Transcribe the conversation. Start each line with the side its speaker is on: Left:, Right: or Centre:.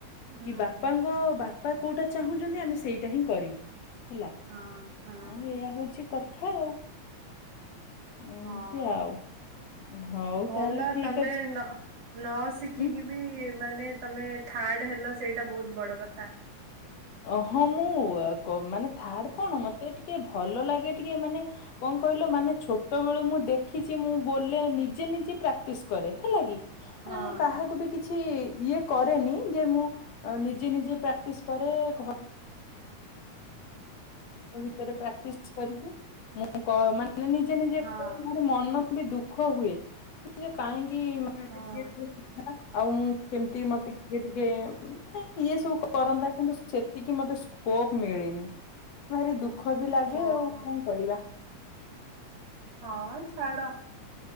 Right: ହୁଁ
Left: କି ବାପାଙ୍କ ବାପା କୋଉଟା ଚାହୁଁଚନ୍ତି ଆମେ ସେଇଟା ହିଁ କରିବୁ ହେଲା
Right: ହଁ ହଁ
Left: ହ ଏଇୟଆ ହଉଛି କଥା ଆଉ। ଏମତି
Right: ହଁ
Left: ଆଉ ହଉ
Right: ଭଲ
Left: ତାହେଲେ ଠିକ
Right: ତମେ
Left: ଅଛି।
Right: ନ ନ ଶିଖିକି
Left: ଉଁ।
Right: ବି ମାନେ ତମେ ଥାର୍ଡ ହେଲ ସେଇଟା ବହୁତ ବଡ କ ଥା।
Left: ଅ ହଁ ମୁଁ ମାନେ ଥାର୍ଡ କଣ ମତେ ଟିକେ ଭଲ ଲାଗେ ଟିକେ ମାନେ କଣ କହିଲ ମାନେ ଛୋଟବେଳୁ ମୁଁ ଦେଖିଚି ମୁଁ ବୋଲେ ନିଜେ ନିଜେ ପ୍ରାକ୍ଟିସ କରେ ହେଲା କି ମାନେ
Right: ହଁ
Left: ମୁଁ କାହାକୁ ବି କିଛି ଇଏ କରେନି ଯେ ମୁଁ ନିଜେ ନିଜେ ପ୍ରାକ୍ଟିସ କରେ। ହୁଁ। ଭିତରେ ପ୍ରାକ୍ଟିସ କରିକି ମୁଁ ମାନେ ନିଜେ ନିଜେ
Right: ହଁ
Left: ମ ମନ ଦୁଃଖ ହୁଏ କାହିଁକି ମତେ
Right: ହଁ।
Left: କିଏ ଟିକେ ଶିଖା ଆଉ ମୁଁ କେମିତି ମତେ ଟିକେ ଟିକେ ମାନେ ଇଏ ସବୁ କରନ୍ତା। କିନ୍ତୁ ସେତିକି ମତେ ସ୍କୋପ୍ ମିଳିନି ଭାରି ଦୁଃଖ ବି ଲାଗେ
Right: ଓହୋ
Left: ଆଉ କଁ କରିବା। <inaudible>
Right: ହଁ ଛାଡ